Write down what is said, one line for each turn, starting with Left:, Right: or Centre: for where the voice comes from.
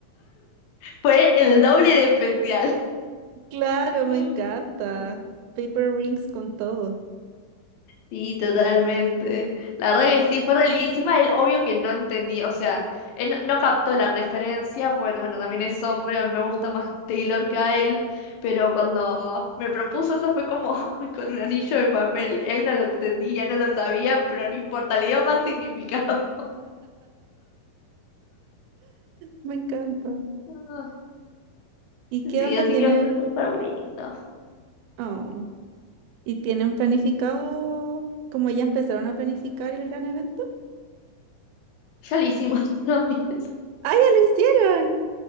Left: fue el doble de especial.
Right: claro,
Left: <laughs>
Right: me encanta. Paper rings con todo.
Left: Sí, totalmente. La verdad que sí, fue re lindo. Y Encima él, obvio que no entendía, o sea, él no no captó la referencia, porque bueno, también es hombre, a mí me gusta más Taylor que a él, pero cuando me propuso eso fue como <laughs> con un anillo de papel. Él no lo entendía, no lo sabía, pero no importa, le dio más <laughs> significado.
Right: Me encanta.
Left: Ah,
Right: ¿Y qué
Left: Sí,
Right: onda
Left: así
Right: tienen?
Left: que fue súper lindo.
Right: Oh, ¿y tienen planificado, como ya empezaron a planificar el gran evento?
Left: Ya lo hicimos <laughs> también.
Right: ¡Ah, ya lo hicieron!